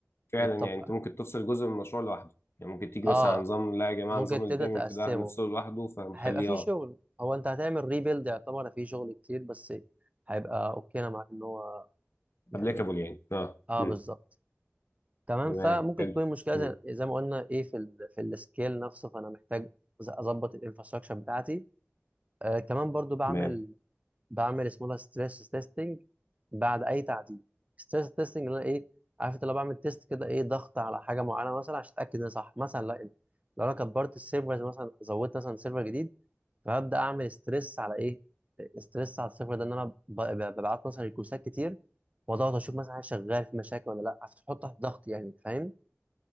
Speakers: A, on the left; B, on the right.
A: فعلا
B: يتطبق
A: يعني انت ممكن تفصل جزء من المشروع لوحده يعني ممكن تيجي
B: أه
A: مثلا على نظام لا يا جماعه
B: ممكن
A: نظام البيمنت
B: تبدأ تقسمه
A: ده هنفصله لوحده فهنخليه
B: هيبقى في
A: اه
B: شغل هو انت هتعمل ريبيلد يعتبر في شغل كتير بس هيبقى اوكي انا معاك ان هو يعني
A: ابليكابل يعني اه
B: اه
A: مم.
B: بالظبط تمام
A: تمام
B: فممكن
A: حلو
B: تكون المشكله
A: مم.
B: زي, زي ما قلنا ايه في ال في السكيل نفسه فانا محتاج أز- اظبط الانفراستراكشر بتاعتي آه كمان برضو بعمل
A: تمام
B: بعمل اسمه ده ستريس تيستنج بعد اي تعديل ستريس تيستنج اللي انا ايه عارف انت لو بعمل تيست كده ايه ضغط على حاجه معينه مثلا عشان اتاكد ان هي صح مثلا لا لو انا كبرت السيرفرز مثلا زودت مثلا سيرفر جديد فهبدا اعمل ستريس على ايه ستريس على الصفر ده ان انا ب- ب- ببعت مثلا ريكوستات كتير واضغط اشوف مثلا حاجه شغال في مشاكل ولا لا فتحط تحت ضغط يعني فاهم